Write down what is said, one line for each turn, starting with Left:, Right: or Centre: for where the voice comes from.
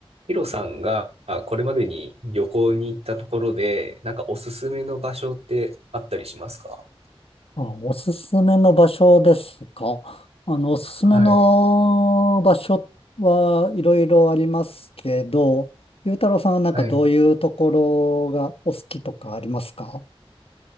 Right: ヒロさんがあこれまでに旅行に行ったところで、なんかおすすめの場所ってあったりしますか
Left: あ、おすすめの場所ですか。あの、おすすめの場所はいろいろありますけど、
Right: はい。
Left: ゆうたろうさんはなんかどういうところがお好きとかありますか
Right: はい。